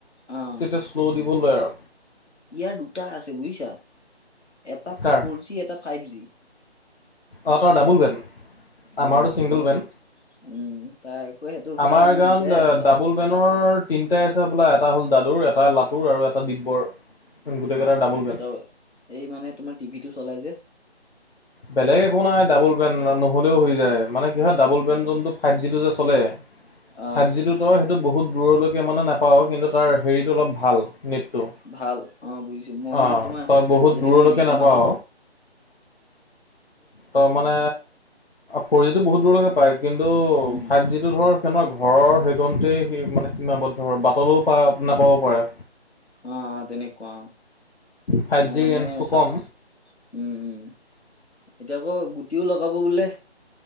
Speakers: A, on the left (about 85°); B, on the left (about 60°).
A: অ'
B: তেতিয়া শ্ল' দিব লয় আৰু।
A: ইয়াৰ দুটা আছে বুজিছা! এটা
B: কাৰ
A: ফৰজি, এটা ফাইভ জি।
B: অ'! তাৰ ডাবোল বেন, আমাৰতো
A: অ'
B: ছিংগল
A: মই
B: বেন।
A: উম তাই আকৌ সেইটো ভাল
B: আমাৰ
A: মোৰ
B: গাঁৱত
A: দুইটাই আছে পাছপৰ্ট।
B: ডাবোল বেনৰ তিনটাই আছে হ'বলা। এটা হ'ল দাদুৰ, এটা লাতুৰ আৰু এটা দিব্যৰ। গোটেই কেইটাৰ
A: অ'!
B: Double
A: দিব্যদাও।
B: Ben
A: এই মানে, তোমাৰ টিভিটো চলাই যে।
B: বেলেগ একো নাই। ডাবোল বেন নহ'লেও হৈ যায়। মানে কি হয় ডাবোল পেনজনটো
A: অ'
B: ফাইভ জিটো যে চলে,
A: অ'।
B: ফাইভ জিটোতো সেইটো বহুত দূৰলৈকে মানে নাপাওঁ। কিন্তু তাৰ, হেৰিটো অলপ ভাল। নেটটো
A: ভাল অ'! বুজিছোঁ। মই
B: অঁ
A: মানে, তোমাৰ
B: তই বহুত
A: যদি
B: দূৰলৈকে
A: মই বিচনটো
B: নাপাৱ তই মানে, ফৰ জিটো বহুত দূৰলৈকে পায়। কিন্তু,
A: উম,
B: ফাইভ জিটো ধৰ সেইখনৰ ঘৰৰ সেইকণতেই সি মানে, সীমাবদ্ধ। বাটলেও পাই
A: উম,
B: নাপাবও পাৰে।
A: অ' তেনেকুৱা।
B: ফাইভ
A: মই
B: জি
A: মানে,
B: ৰেঞ্জটো
A: চা
B: কম
A: উম! উম! এতিয়া আকৌ, গুটিও লগাব বোলে।